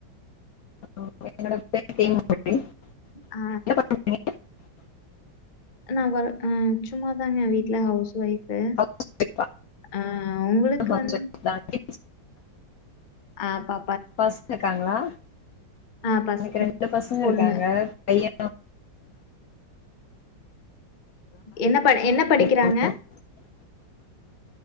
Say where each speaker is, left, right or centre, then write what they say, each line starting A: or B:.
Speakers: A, on the left; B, on the left.
A: <unintelligible>
B: ஆ நான் வ சும்மாதாங்க வீட்ல ஹவுஸ் ஒய்பு
A: ஹவுஸ் ஒய்ஃபா
B: ஆ உங்களுக்கு
A: ஹவுஸ்
B: வந்து
A: ஒய்ஃப் தான் கிட்ஸ்
B: ஆ பா
A: பசங்க இருக்காங்களா
B: ஆ பஸ்
A: எனக்கு ரெண்டு பசங்க
B: பொண்ணு
A: இருக்காங்க பைய
B: என்ன ப என்ன படிக்கிறாங்க
A: <unintelligible> <unintelligible>